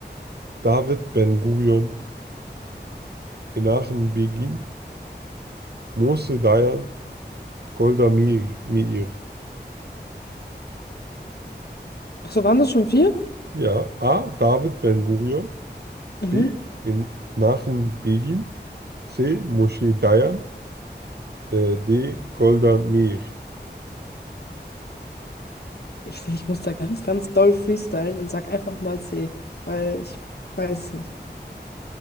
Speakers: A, on the right; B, on the left.
A: David Ben-Gurion, Menachem Begin, Moshe Dayan, Golda Meir. Meir.
B: Achso, waren das schon vier?
A: Ja, A. David Ben-Gurion,
B: Mhm.
A: B. Menachem Begin. C. Moshe Dayan. Äh, D. Golda Meir.
B: Ich sehe, ich muss da ganz, ganz doll freestylen und sag einfach mal C, weil ich weiß es nicht.